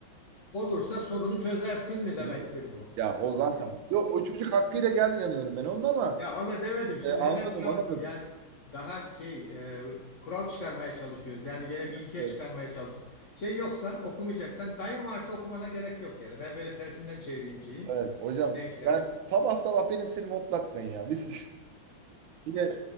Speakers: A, on the left (about 65°); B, on the right (about 75°).
A: Olursa sorunu çözersin mi demektir
B: Hocam,
A: bu?
B: Ya o zaten yok o çocuk hakkıyla geldi inanıyorum ben onun ama
A: Ya ona demedim. Şimdi
B: e, anladım
A: hemen şey yapma.
B: anladım.
A: Yani daha şey e, kural çıkarmaya çalışıyoruz. Yani gene bir ilke
B: Evet,
A: çıkarmaya çalışıyoruz. Şey yoksa okumayacaksan dayın varsa okumana gerek yok ya da ben böyle tersinden çevireyim şeyi.
B: evet. Hocam
A: Denklemi.
B: ben sabah sabah benim sinirimi hoplatmayın ya. Biz <laughs> yine